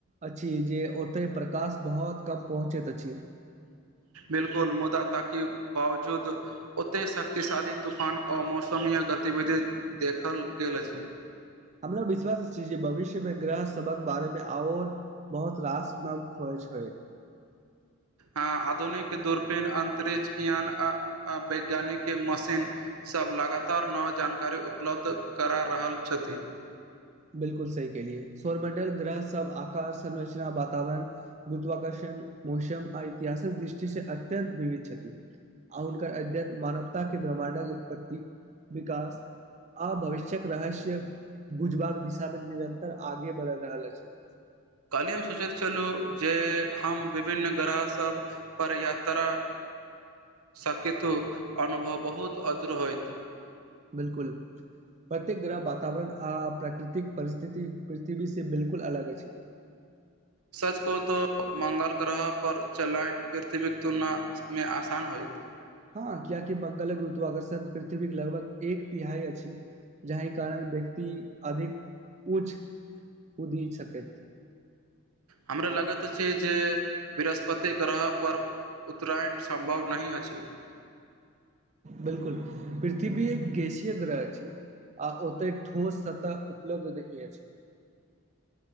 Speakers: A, on the right; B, on the right.
A: अछि जे ओते प्रकाश बहुत कम पहुंचैत अछि
B: बिलकुल मुदा ताकि बावजूद ओतेक शक्तिशाली तूफान आ मौसमीय गतिविधि देखल गेल अछि
A: हमरा विश्वास छी जे भविष्य मे ग्रह सबक बारेमे और बहुत रास न खोजय छै
B: आ आधुनिक दूरपीन अन्तरिक्ष यान आ आ वैज्ञानिक मशीन सभ लगातार नव जानकारी उपलब्ध करा रहल छथि
A: बिलकुल सही केेलिए सौर मण्डल ग्रह सब आकाश संरचना वातावरण गुरत्वकर्षण मौसम आ इऐतिहासक दृष्टि से अत्यन्त विविध छथि आ हुनकर अद्यतन मानवता के ब्रहमाण्डक उत्पत्ति विकास आ भविष्य्यक रहस्य भुज भाग दिशामे निरतर आगे बढ़ रहल छै
B: कहलियै हम सोचैत छलहुँ जे हम विभिन्न ग्रहसभ पर यात्रा सकतु अनुभव बहुत अधर होइत
A: बिलकुल प्रत्येक ग्रह वातावरण आ प्राकृतिक परिस्थिति पृथ्वी से बिलकुल अलग अछि
B: सच कहूं तो मंगल ग्रह पर चलाइन पृथ्वीक तुलना मे आसान होइ
A: हँ कियकि मंगलक गुरुतवि आकर्षण पृथ्वीक के लगभग एक तिहाइ अछि जहि कारण व्यक्ति अधिक उच कुदि सकत
B: हमरा लगैत अछि जे बृहस्पति ग्रहपर उत्तरायण सम्भव नहि अछि
A: बिलकुल पृथ्वी एक गेशीय ग्रह अछि आ ओतेक ठोस सतह उपलब्ध नहि अछि